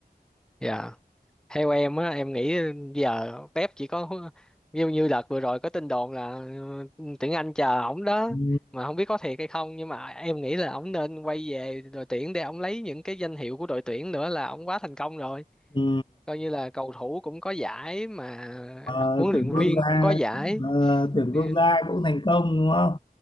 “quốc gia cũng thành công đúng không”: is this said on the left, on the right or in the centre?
Left